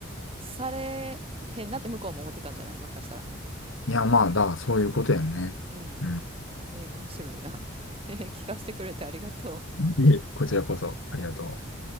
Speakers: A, on the right; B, on the left.
A: されへんなって向こうも思ってたんじゃないもしかしたら。
B: いや、まあ、だ、そういうことやんね。
A: うん。
B: うん。
A: で、面白いな。<laughs> え聞かせてくれてありがとう。
B: いえこちらこそ、ありがとう。